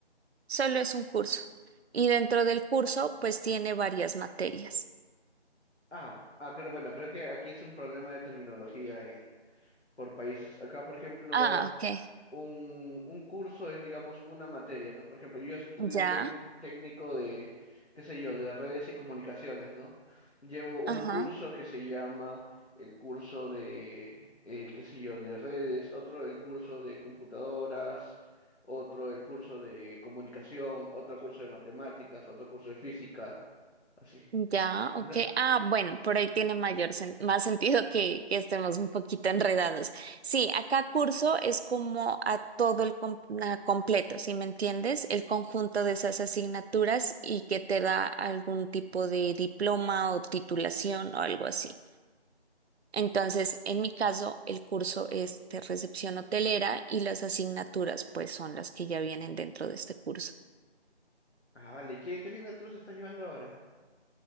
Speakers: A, on the right; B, on the left.
A: Solo es un curso. Y dentro del curso, pues tiene varias materias.
B: Ah, ah, creo- bueno, creo que aquí es un problema de terminología en, por países. Acá, por ejemplo,
A: Ah, ok.
B: un, un curso es, digamos, una materia, ¿no? Por ejemplo, yo estudio
A: Ya,
B: técnic- técnico de, qué sé yo, de redes y comunicaciones, ¿no? Llevo un
A: ajá.
B: curso que se llama el curso de, eh, qué sé yo, de redes, otro el curso de computadoras, otro el curso de comunicación, otro curso de matemáticas, otro curso de física, así.
A: Ya, ok.
B: No,
A: Ah, bueno, por ahí tiene mayor sen- más sentido que, que estemos un poquito enredados. Sí, acá curso es como a todo el com- na- completo, si me entiendes? El conjunto de esas asignaturas y que te da algún tipo de diploma o titulación o algo así. Entonces, en mi caso, el curso es de recepción hotelera y las asignaturas, pues, son las que ya vienen dentro de este curso.
B: Ah, vale, ¿qué, qué asignaturas estás llevando ahora?